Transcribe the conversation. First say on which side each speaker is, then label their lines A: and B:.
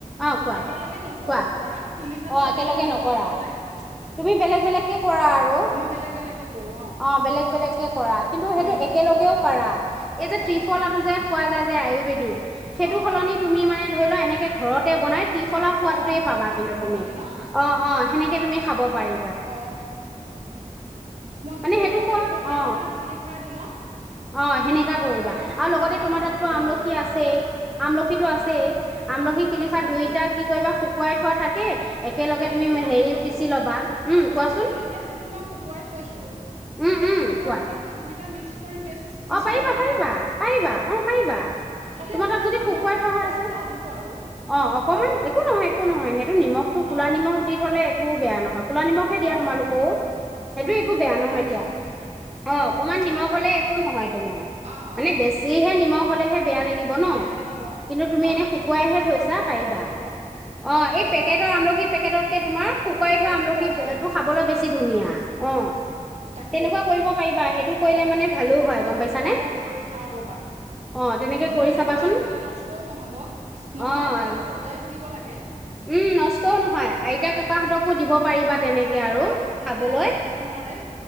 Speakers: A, in the centre; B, on the right.
A: অ কোৱা
B: একেলগে নকৰো
A: কোৱা
B: ধৰা শিলিখাটো
A: অ
B: তেনেকে
A: একেলগে
B: নিমখ
A: নকৰা
B: দি পেলাই
A: তুমি বেলেগ বেলেগকে কৰা আৰু,
B: মই বেলেগ বেলেগকে কৰো
A: অ বেলেগ বেলেগকে কৰা কিন্তু সেইটো
B: উম
A: একেলগেও পাৰা এই যে ত্ৰিফলাটো
B: অ
A: যে খোৱা যায় যে আয়ুৰ্বেদিক সেইটো
B: অ
A: সলনি তুমি মানে ধৰি লও এনেকৈ ঘৰতে বনাই তিফলা সোৱাদটোৱে
B: অ অ ত্ৰিফলাটোৰ
A: পাবা কিন্তু।
B: সলনি
A: তুমি
B: ন
A: অ অ সেনেকে তুমি খাব ব পাৰি
B: অ মই
A: মানে
B: সেইটো এবাৰ
A: খোৱা
B: এইবাৰ এইবাৰ
A: অ
B: শিলিখাৰ দিনত
A: অ সেনেকা কৰিবা
B: এইবাৰ শিলিখাৰ
A: আৰু লগতে
B: দিনত
A: তোমাৰ
B: মই
A: তাতটো
B: সেইটো বনাব
A: আমলখি
B: লাগিব
A: আছেই,
B: ৰবা
A: আমলখিটো আছেই, আমলখি
B: আমলখিটো
A: শিলিখা
B: আছে
A: দুইটা
B: উম
A: কি কৰিবা শুকুৱাই থোৱা থাকে। একেলগে তুমি
B: এতিয়া
A: হেৰি
B: ৰবাচোন,
A: পিচি ল'বা উম কোৱাচোন
B: তাকেতো এতিয়া যিটো মই শুকুৱাই থৈছো
A: উম
B: এই
A: উম
B: শুকুৱাই
A: কোৱা
B: থোৱাটোকে দুইটা মিক্স কৰি পেচ পিচি
A: অ পাৰিবা
B: ললে
A: পাৰিবা,
B: নহব
A: পাৰিবা অ পাৰিবা
B: খালি
A: তোমাৰ
B: অকনমান
A: তাত যদি
B: নিমখৰ
A: শুকুৱাই থোৱাহে
B: সোৱাদ
A: আছে।
B: এটা আহিব আৰু
A: অ অকমান একো নহয় একো নহয়। হেইত নিমখতটো কোলা
B: অ
A: নিমখ দি থলে একো বেয়া নহয়, কোলা নিমখে
B: অ
A: দিয়া তোমালোকও,
B: অ
A: সেইটো
B: খোৱাটো
A: একো
B: ভালেই
A: বেয়া
B: কোলা
A: নহয়
B: নিমখটো
A: দিয়া। অ অকনমান নিমখ হ'লে কোন হয় তোমাৰ
B: অঁ
A: মানে
B: অঁ
A: বেছিহে নিমখ হলেহে বেয়ালাগ দিব ন
B: বেয়া লাগিব
A: কিন্তু তুমি
B: আৰু
A: এনে
B: যিহেতু
A: শুকুৱাই
B: পানীৰ
A: হে
B: লগত
A: থৈছাপাৰিবা।
B: মিলাই খাব লাগিব
A: অ পেকেটৰ আমলখি পেকেটত তাকে তোমাৰ শুকাই থোৱা
B: এইটো
A: আমলখিটো
B: খুৱাই ভাল হ'ব
A: খাবলৈ বেছি ধুনীয়া অ
B: তাকেই
A: তেনেকুৱা কৰিব পাৰিবা সেইটো কৰিলে মানে ভালো হয়
B: মই
A: গম
B: সেইটো
A: পাইছানে
B: এবাৰ কৰি চাও ৰ'বা।
A: অ তেনেকে কৰি
B: বুৰিটো
A: চাবাচোন
B: বনাই থলে নষ্টও নহ'ব। নহলে
A: অ
B: আকৌ এইবোৰ ৰ'দাই থাকিব লাগে হয়
A: উম নষ্টও নহয় আইতা-ককাহঁতকো দিব পাৰিবা তেনেকে আৰু
B: অ তেতিয়াতো
A: খাবলৈ
B: খাব নোৱাৰে,